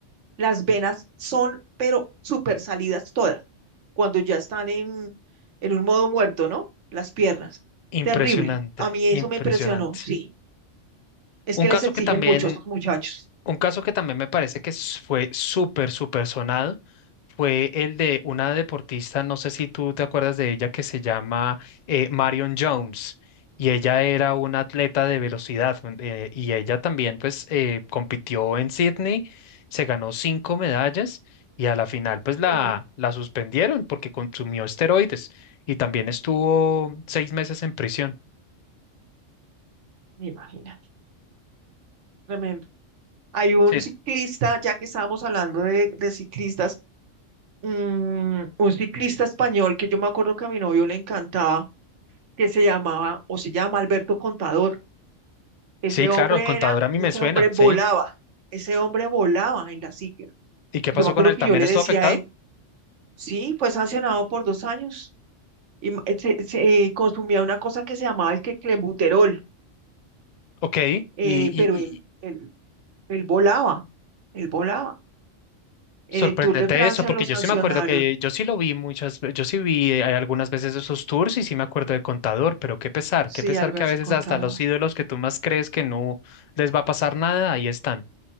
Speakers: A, on the right; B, on the left.
A: las venas son, pero súper salidas todas, cuando ya están en, en un modo muerto, ¿no? Las piernas, terrible.
B: Impresionante,
A: A mí eso
B: impresionante.
A: me impresionó, sí. Es
B: Un
A: que
B: caso
A: les exigen
B: que también,
A: mucho a estos muchachos.
B: un caso que también me parece que s- fue súper, súper sonado fue el de una deportista, no sé si tú te acuerdas de ella, que se llama eh, Marion Jones. Y ella era una atleta de velocidad un- eh, y ella también pues eh, compitió en Sydney, se ganó cinco medallas y a la final pues la,
A: Mm,
B: la suspendieron porque consumió esteroides y también estuvo seis meses en prisión.
A: imagínate, tremendo. Hay un
B: Sí.
A: ciclista, ya que estábamos hablando de, de ciclistas, mm, un ciclista español que yo me acuerdo que a mi novio le encantaba, que se llamaba o se llama Alberto Contador. Ese
B: Sí, claro,
A: hombre
B: contador
A: era,
B: a mí
A: ese
B: me suena,
A: hombre
B: ¿sí?
A: volaba, ese hombre volaba en la silla.
B: ¿Y qué
A: Yo
B: pasó
A: me acuerdo
B: con él?
A: que
B: ¿También
A: yo le
B: estuvo
A: decía
B: afectado?
A: a él, sí, fue sancionado por dos años y ma- se, se, eh, consumía una cosa que se llamaba es que clenbuterol,
B: Ok, y,
A: eh,
B: y-
A: pero
B: y-
A: él, él, él volaba, él volaba. En
B: sorprendente
A: el Tour de Francia
B: eso, porque
A: lo
B: yo
A: sancionaron,
B: sí me acuerdo que yo sí lo vi muchas veces, yo sí vi eh, algunas veces esos tours y sí me acuerdo de contador, pero qué pesar,
A: sí,
B: qué pesar
A: Alberto
B: que a veces
A: Contador.
B: hasta los ídolos que tú más crees que no les va a pasar nada, ahí están.